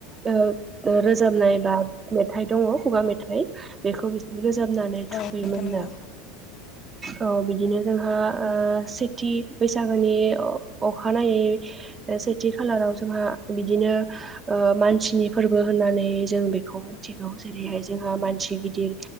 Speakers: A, on the right; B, on the left.
A: ओ ओ रोजाबनाय बा मेथाइ दङ खुगा मेथाइ बेखौ बिसोर रोजाबनानै
B: औ
A: थुखैयोमोननो।
B: नोंथां नंगौ
A: औ बिदिनो जोंहा ओ सेथि बैसागोनि अ अखानायै सेथि खालाराव जोंहा बिदिनो ओ मानसिनि फोरबो होननानै जों बेखौ मिथिगौ जेरैहाय जोंहा सि गिदिर